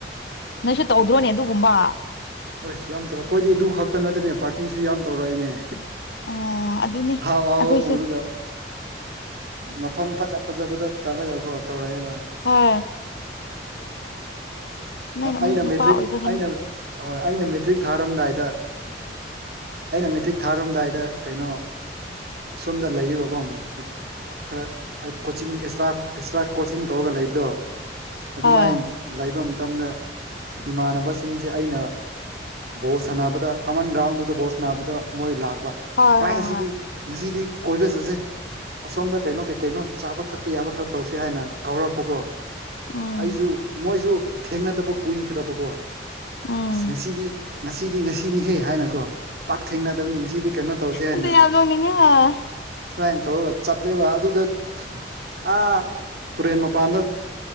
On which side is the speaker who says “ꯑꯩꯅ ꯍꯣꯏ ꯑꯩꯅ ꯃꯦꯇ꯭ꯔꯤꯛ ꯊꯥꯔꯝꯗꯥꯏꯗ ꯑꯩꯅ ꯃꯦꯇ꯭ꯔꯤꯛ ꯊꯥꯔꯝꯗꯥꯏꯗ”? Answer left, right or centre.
Right